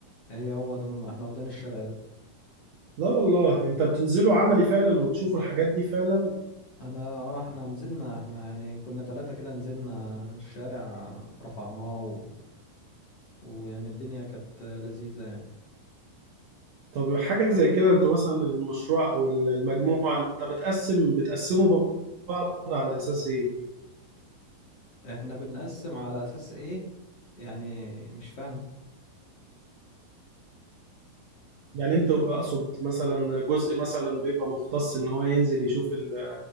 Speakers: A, on the left; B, on the right.
A: هي هو ده- احنا واخدين الشارع ده
B: لا والله انت بتنزلوا عملي فعلا وتشوفوا الحاجات دي فعلا
A: انا اه احنا نزلنا احنا يعني كنا ثلاثة كده نزلنا الشارع رفعناه و... ويعني الدنيا كانت لذيذة يعني
B: طب حاجة زي كده انتوا مثلا المشروع او المجموعة انت بتقسم بتقسموا بعض على اساس ايه؟
A: احنا بنقسم على اساس ايه يعني مش فاهم
B: يعني انتوا اقصد مثلا جزء مثلا بيبقى مختص ان هو ينزل يشوف ال-